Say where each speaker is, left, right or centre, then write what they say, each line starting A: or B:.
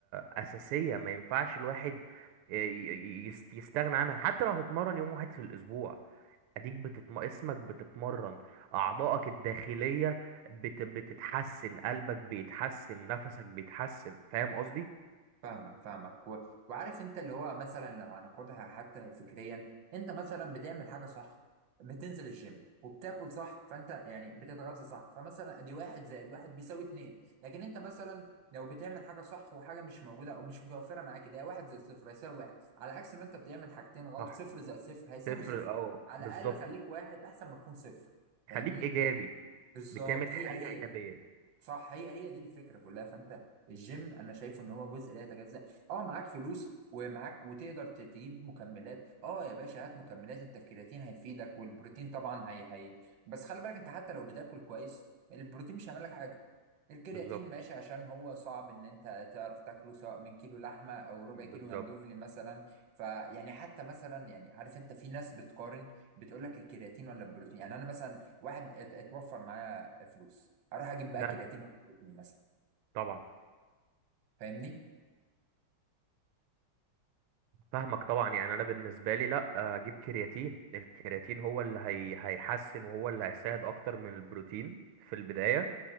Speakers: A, on the right (about 85°); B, on the right (about 60°).
A: أساسية ما ينفعش الواحد ي- ي- يس- يستغنى عنها حتى لو هتتمرن يوم واحد في الأسبوع اديك بتتم... اسمك بتتمرن اعضائك الداخلية بت... بتتحسن قلبك بيتحسن نفسك بيتحسن فاهم قصدي؟
B: فاهمك فاهمك و... وعارف انت اللي هو مثلا لو هناخدها حتى فكريا انت مثلا بتعمل حاجه صح بتنزل الجيم وبتاكل صح فانت يعني بتتغذى صح فمثلا ادي واحد زائد واحد بيساوي اتنين لكن انت مثلا لو بتعمل حاجه صح وحاجه مش موجوده او مش متوفره معاك ده واحد زائد صفر هيساوي واحد على عكس ما انت بتعمل حاجتين غلط
A: صح
B: صفر زائد صفر هيساوي
A: تفرق
B: صفر
A: اه
B: على
A: بالظبط
B: الاقل خليك واحد احسن ما تكون صفر فاهمني
A: خليك ايجابي
B: بالظبط
A: بتعمل
B: هي
A: حاجه
B: هي
A: ايجابيه
B: صح هي هي دي الفكره كلها فانت الجيم انا شايفه ان هو جزء لا يتجزأ اه معاك فلوس ومعاك وتقدر ت- تجيب مكملات اه يا باشا هات مكملات انت الكرياتين هيفيدك والبروتين طبعا هي هي بس خلي بالك انت حتى لو بتاكل كويس البروتين مش هيعمل لك حاجه الكرياتين
A: بالظبط
B: ماشي عشان هو صعب ان انت تعرف تاكله سواء من كيلو لحمه او ربع
A: بالظبط
B: كيلو جندوفلي مثلا فيعني حتى مثلا يعني عارف انت في ناس بتقارن بتقول لك الكرياتين ولا البروتين يعني انا مثلا واحد ات- اتوفر معايا فلوس اروح اجيب بقى
A: ده
B: كرياتين ولا بروتين مثلا
A: طبعا
B: فاهمني
A: فاهمك طبعا يعني انا بالنسبه لي لا اجيب كرياتين الكرياتين هو اللي هي هيحسن وهو اللي هيساعد اكتر من البروتين في البدايه